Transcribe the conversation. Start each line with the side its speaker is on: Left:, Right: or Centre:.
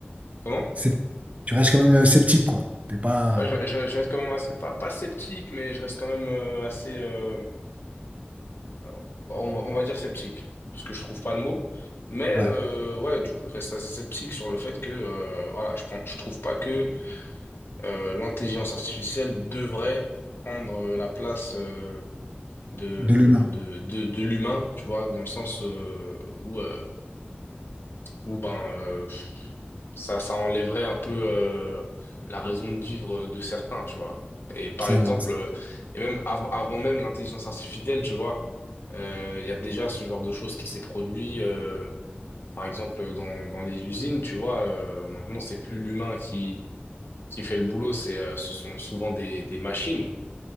Left: comment?
Right: C'est- Tu restes quand même euh, sceptique, quoi. T'es pas...
Left: Ouais, je, je- je reste quand même assez, pas, pas sceptique, mais je reste quand même euh, assez, euh, euh, on va, on va dire sceptique, parce que je trouve pas le mot. Mais euh,
Right: Ouais,
Left: ouais, du coup, je reste assez sceptique sur le fait que, euh, voilà, je pense, je trouve pas que euh, l'intelligence artificielle devrait prendre euh, la place euh, de,
Right: de l'humain,
Left: de, de, de l'humain, tu vois, dans le sens euh, où euh, Ou ben euh, ça, ça enlèverait un peu euh, la raison de vivre de certains, tu vois. Et par
Right: c'est
Left: exemple,
Right: vrai.
Left: euh, et même av- avant même l'intelligence artificielle, tu vois, euh, il y a déjà ce genre de choses qui s'est produit, euh, par exemple dans, dans les usines, tu vois, euh, maintenant c'est plus l'humain qui, qui fait le boulot, c'est, euh, ce sont souvent des, des machines.